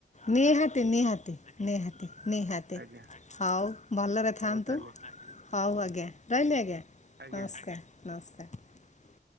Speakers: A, on the left; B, on the right.
A: ନିହାତି ନିହାତି ନିହାତି ନିହାତି
B: ଆଜ୍ଞା
A: ହଉ ଭଲରେ
B: ହଉ
A: ଥାଆନ୍ତୁ।
B: ତାହେଲେ
A: ହଉ ଆଜ୍ଞା ରହିଲି ଆଜ୍ଞା
B: ଆଜ୍ଞା।
A: ନମସ୍କାର। ନମସ୍କାର